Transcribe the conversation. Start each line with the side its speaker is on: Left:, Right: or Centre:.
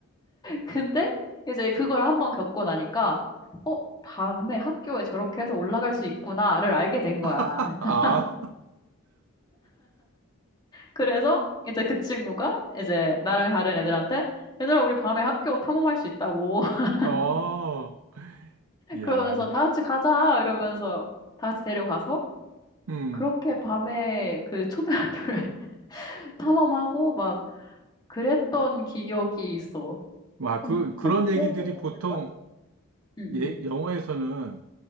Left: 근데 이제 그걸 한번 겪고 나니까 어, 밤에 학교에 저렇게 해서 올라갈 수 있구나를 알게 된 거야.
Right: 아,
Left: <laughs> 그래서 이제 그 친구가 이제 나랑 다른 애들한테 얘들아 우리 밤에 학교 탐험할 수 있다고 <laughs>
Right: 어, 야,
Left: 그러면서 다 같이 가자 이러면서 다 같이 데려가서
Right: 음,
Left: 그렇게 밤에 그 초등학교를 <laughs> 탐험하고 막 그랬던 기억이 있어.
Right: 와,
Left: 한,
Right: 그, 그런
Left: 한 두세
Right: 얘기들이
Left: 번 갔을걸?
Right: 보통,
Left: 응, 응,
Right: 예, 영화에서는